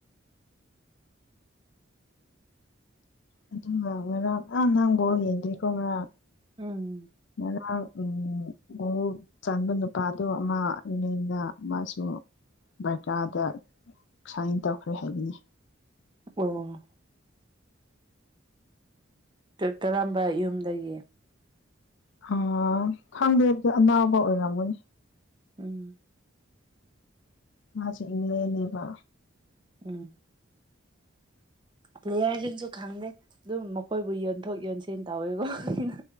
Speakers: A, on the left; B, on the right.
A: ꯑꯗꯨꯒ ꯉꯦꯔꯥꯡ ꯑꯥ ꯅꯍꯪ ꯕꯣꯔꯣ ꯌꯦꯡꯗ꯭ꯔꯤꯀꯣ ꯃꯦꯔꯥꯡ
B: ꯎꯝ
A: ꯃ ꯎꯝ ꯆꯟꯕ ꯅꯨꯄꯥꯗꯣ ꯃꯥꯅ ꯃꯥꯁꯨ ꯕꯔꯀꯥꯗ ꯁꯨꯃꯥꯏꯟ ꯇꯧꯈ꯭ꯔꯦ ꯍꯥꯏꯕꯅꯤ
B: ꯑꯣ ꯀ -ꯀꯔꯝꯕ ꯌꯨꯝꯗꯒꯤ
A: ꯑꯥ ꯈꯥꯡꯗꯦꯗꯤ ꯑꯅꯥꯕ ꯑꯣꯏꯔꯝꯒꯅꯤ
B: ꯎꯝ
A: ꯃꯥꯁꯦ ꯢꯪꯂꯦꯟꯅꯦꯕ
B: ꯎꯝ
A: <inaudible>
B: ꯄ꯭ꯂꯦꯌꯔꯁꯤꯡꯁꯨ ꯈꯪꯗꯦ ꯑꯗꯨꯝ ꯃꯈꯣꯏꯕꯨ ꯌꯣꯟꯊꯣꯛ ꯌꯣꯟꯁꯤꯟ ꯇꯧꯋꯦꯀꯣ ꯑꯩꯅ